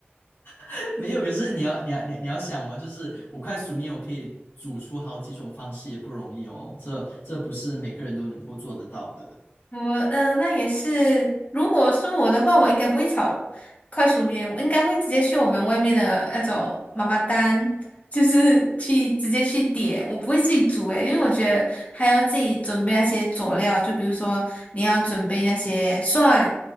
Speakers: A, on the left; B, on the left.
A: <laughs> 没有，可是你要你要你要你要想哦，就是我快速面我可以煮出好几种方式也不容易哦，这这不是每个人都能够做得到的。
B: 我嗯、呃那也是。如果是我的话，我应该不会炒快熟面，我应该会直接去我们外面的那种妈妈档，就是去直接去点，我不会自己煮诶，因为我觉得还要自己准备那些佐料，就比如说你要准备那些蒜，